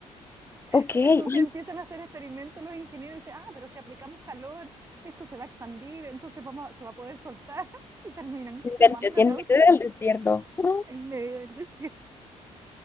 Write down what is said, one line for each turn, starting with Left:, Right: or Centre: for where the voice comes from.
Right: <laughs>
Left: ok. ¡Ay,
Right: Entonces empiezan a hacer experimentos los ingenieros y dicen, ah, pero si aplicamos calor, esto se va a expandir, entonces vamos a- se va a poder soltar <laughs> y terminan
Left: no inventes,
Right: quemando el
Left: y en
Right: auto
Left: medio del desierto! Ah.
Right: en medio del desierto.